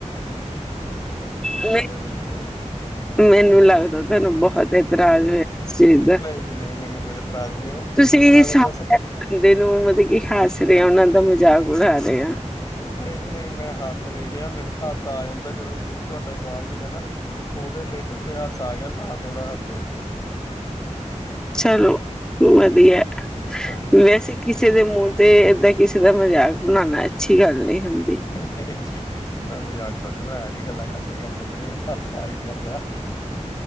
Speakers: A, on the left; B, in the centre.
A: ਐਦਾ
B: ਨਹੀਂ
A: ਦਾ ਕੁਛ।
B: ਮੈਨੂੰ ਲੱਗਦਾ, ਤੁਹਾਨੂੰ ਬਹੁਤ ਇਤਰਾਜ ਹੋਇਆ ਇਸ ਚੀਜ਼ ਦਾ।
A: ਨਹੀਂ-ਨਹੀਂ ਮੈਨੂੰ ਕੋਈ ਇਤਰਾਜ਼ ਨਹੀਂ ਹੈ।
B: ਤੁਸੀਂ
A: ਮੈਂ ਤਾਂ ਜਸਟ
B: <unintelligible> ਬੰਦੇ ਨੂੰ ਮਤਲਬ ਕਿ ਹੱਸ ਰਏ ਆ ਉਹਨਾਂ ਦਾ ਮਜ਼ਾਕ ਉਡਾ ਰਏ ਆ।
A: ਨਹੀਂ ਜੀ ਨਹੀਂ ਮੈਂ ਹੱਸ ਨੀ ਰਿਆ, ਮੈਨੂੰ ਹਾਸਾ ਆ ਜਾਂਦਾ ਜਦੋਂ ਤੁਸੀਂ ਤੁਹਾਡਾ ਸਵਾਲ ਸੀਗਾ ਨਾ। ਉਹਦੇ ਰਿਲੇਟਡ ਤੇ ਹਾਸਾ ਆ ਗਿਆ, ਤਾਂ ਥੋੜਾ ਹੱਸਿਆ
B: ਚਲੋ ਵਧੀਆ
A: ਹਾਂਜੀ।
B: ਵੈਸੇ, ਕਿਸੇ ਦੇ ਮੂੰਹ ਤੇ ਏਦਾਂ ਕਿਸੇ ਦਾ ਮਜ਼ਾਕ ਬਣਾਣਾ ਅੱਛੀ ਗੱਲ ਨੀ ਹੁੰਦੀ।
A: ਮੈਂ ਜੀ ਮੈਂ ਮਜ਼ਾਕ ਥੋੜ੍ਹੀ ਬਣਾਏਆ ਜੀ ਗੱਲਾਂ ਕਰਦੇ-ਕਰਦੇ ਮੈਨੂੰ ਹਾਸਾ ਆਈ ਜਾਂਦਾ।